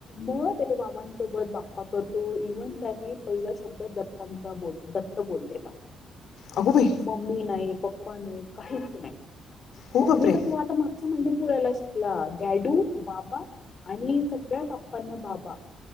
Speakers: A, on the left; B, on the left.
A: म बाबांसोबत बाप्पा करतो इव्हन त्याने पहिला शब्दात दत्तांचा बोल द बोललेला
B: अगो बाई
A: मम्मी नाही पप्पा नाही काहीच नाही
B: हो
A: मम्मी
B: बापरे
A: तर तू आता म च्या महिन्या पुोरायला शिकला डॅडू बाबा आणि सगळ्या बाप्पांना बाबा